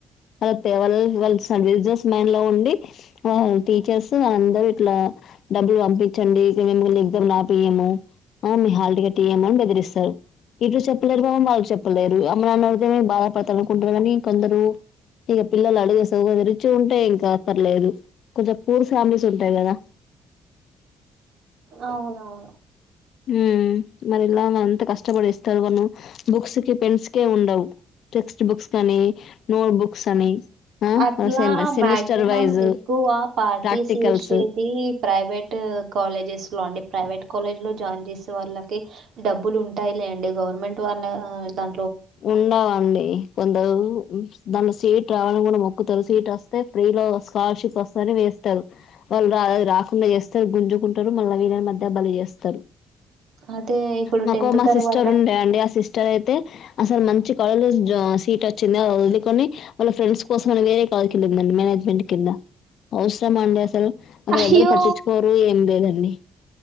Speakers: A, on the left; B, on the right.
A: కరెక్ట్ ఏ కదా వల్ వల్స్ బిజినెస్ మైండ్ లో ఉండి ఆ టీచర్స్ అందరూ ఇట్లా డబ్బులు పంపించండి ఇగ మీమ్ముల్ని ఎగ్జామ్స్ లాప్ పియ్యము మీ హాల్ట్గా టీయము అని బెదిరిస్తారు ఇటు చెప్పలేరు పాపం వాళ్ళకు చెప్పలేరు అమ్మనాన బాధపడుతళ్ళు అనుకుంటారు కానీ కొందరు ఇగ పిల్లలు అడిగేస్ ఓగరు రిచ్ గుంటే ఇంక పర్లేదు కొంచెం పూర్ ఫ్యామిలీస్ ఉంటాయి కదా
B: అవునవును
A: హు మరెల్లాలి అంత కష్టపడిస్తారు వాళ్ళు బుక్స్ కి పెన్స్కే కే ఉండవు టెక్స్ట్ బుక్స్ కానీ నోట్ బుక్స్ అని ఆ
B: అట్లా
A: సెమి సెమిస్టర్
B: మక్సిమం
A: వైజ్
B: ఎక్కువ పార్టిస్
A: ప్రాక్టికల్స్
B: చేసేది ప్రైవేట్ కాలేజెస్ లోండి ప్రైవేట్ కాలేజ్ లో జాయిన్ చేసే వాళ్ళకి డబ్బులు ఉంటాయి లేండి, గవర్నమెంట్ వాళ్ళ ద
A: ఉండవండి. కొందరు దానిలో సీట్ రావాలని కూడా మొక్కుతరు, సీట్ వస్తే ఫ్రీలో స్కాలర్షిప్ వస్తదని వేస్తారు. వాళ్ళు రా రాకుండా చేస్తరు గుంజుకుంటారు మళ్ళ వీళ్ళని మధ్యల బలి చేస్తారు.
B: అదే ఇప్పుడు
A: మాకు మా
B: తర్వాత
A: సిస్టర్ ఉండే అండి, ఆ సిస్టర్ అయితే అసలు మంచి కాలేజ్ లో ఆ సీట్ వచ్చింది, అ అది వదుకొని వాళ్ళ ఫ్రెండ్స్ కోసం అని వేరే కాలేజ్ కెల్లిందండి మేనేజ్మెంట్ కింద, అవసరం అండి అసలు అక్కడ
B: అయ్యో!
A: ఎవరు పట్టించుకోరు ఏం లేదండి.